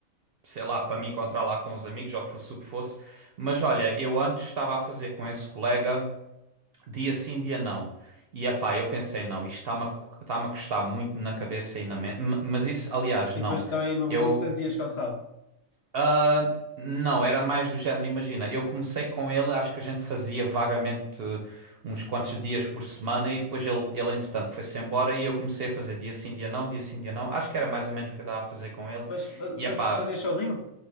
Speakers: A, on the right (about 60°); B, on the left (about 65°).
A: sei lá, para me encontrar lá com os amigos, ou fosse o que fosse, mas olha, eu antes estava a fazer com esse colega dia sim, dia não. E epá, eu pensei, não, isto está-me a, cu- está-me a custar muito na cabeça e na mente. M- Mas isso, aliás, não.
B: E depois também não,
A: Eu.
B: não te sentias cansado.
A: ah, não, era mais do género, imagina. Eu comecei com ele, acho que a gente fazia vagamente uns quantos dias por semana e depois ele, ele entretanto, foi-se embora e eu comecei a fazer dia sim, dia não, dia sim, dia não. Acho que era mais ou menos o que eu estava a fazer com ele.
B: Mas, fa-
A: E epá,
B: mas fazias sozinho?